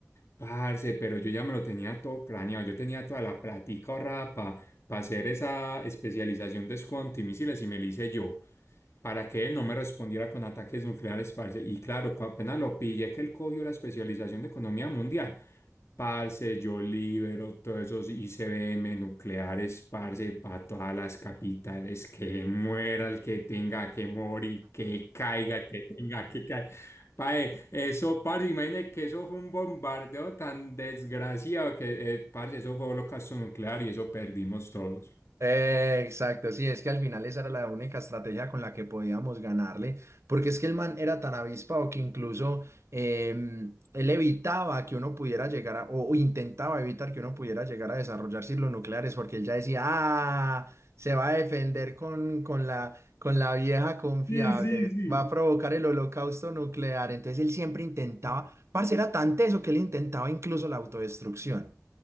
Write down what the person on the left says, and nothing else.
Parce, pero yo ya me lo tenía todo craneado, yo tenía toda la platica ahorrada para hacer esa especialización de squad antimisiles y me la hice yo para que él no me respondiera con ataques nucleares, parce. Y claro, cu- apenas lo pillé que él cogió la especialización de economía mundial. Parce, yo libero todos esos ICBM nucleares, parce, para todas las capitales, que muera el que tenga que morir, que caiga el que tenga que caer. Pae, eso, parce, imagínate que eso fue un bombardeo tan desgraciado que, eh, parce, eso fue holocausto nuclear y eso perdimos todos.
Sí, sí, sí.